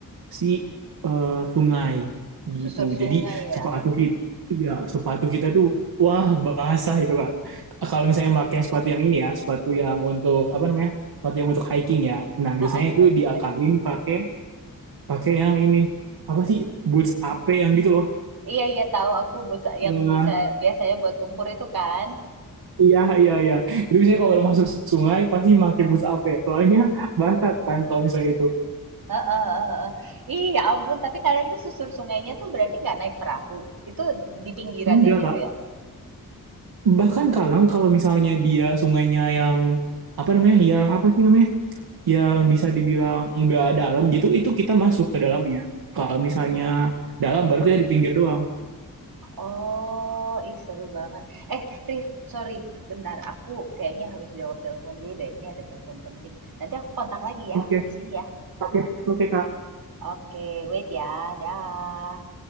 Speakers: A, on the right (about 90°); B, on the right (about 70°).
A: si eh, sungai gitu.
B: susur sungai
A: Jadi sepatu
B: ya
A: kita, ya sepatu kita tuh wah basah itu kak. Kalau misalnya pakai sepatu yang ini ya, sepatu yang untuk apa namanya, sepatu yang untuk hiking ya. Nah biasanya
B: Ah, ah, sepatu
A: itu diakalin
B: trek.
A: pakai pakai yang ini apa sih boots AP yang gitu loh.
B: iya iya tahu aku buat sa-
A: Nah,
B: yang bisa biasanya buat lumpur itu kan
A: iya iya iya. Itu biasanya kalau masuk sungai pasti pakai boots AP. Soalnya basah kan kalau misalnya itu.
B: Heeh heeh heeh. Ih, ya ampun, tapi kalian tuh susur sungainya tuh berarti nggak naik perahu. Itu di pinggirannya
A: Enggak
B: gitu
A: kak,
B: ya?
A: bahkan Kalang kalau misalnya dia sungainya yang apa namanya yang apa sih namanya yang bisa dibilang nggak dalam gitu itu kita masuk ke dalamnya kalau misalnya dalam baru kita di pinggir doang
B: Oh, ih seru banget. Eh, Rif, sorry, bentar. Aku kayaknya harus jawab telepon dulu deh. Ini ada telepon penting. Nanti aku kontak lagi ya,
A: oke
B: abis ini ya.
A: oke oke kak
B: Oke, wait ya. Dah.